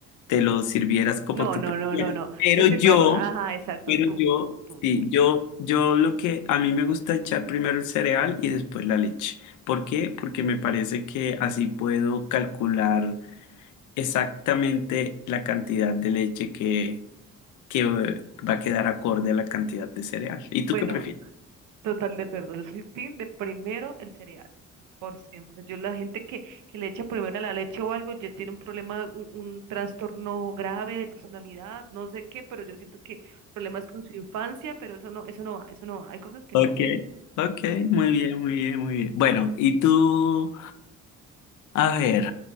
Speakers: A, on the left; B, on the right.
A: te lo sirvieras como
B: No,
A: tú
B: no,
A: prefieras.
B: no, no, no.
A: Pero
B: Te estoy
A: yo,
B: preguntando, ajá, exacto,
A: pero
B: tú,
A: yo,
B: tú, tú,
A: sí,
B: tú.
A: yo, yo lo que a mí me gusta echar primero el cereal y después la leche. ¿Por qué? Porque me parece que así puedo calcular exactamente la cantidad de leche que, que va a quedar acorde a la cantidad de cereal. ¿Y tú
B: Bueno,
A: qué prefieres?
B: total de acuerdo. El sitín de primero el cereal, por siempre. Yo la gente que, que le echa primero la leche o algo, ya tiene un problema, un, un trastorno grave de personalidad, no sé qué, pero yo siento que problemas con su infancia, pero eso no, eso no va, eso no va. Hay cosas que
A: Ok,
B: no
A: ok, muy bien, muy bien, muy bien. Bueno, y tú, a ver,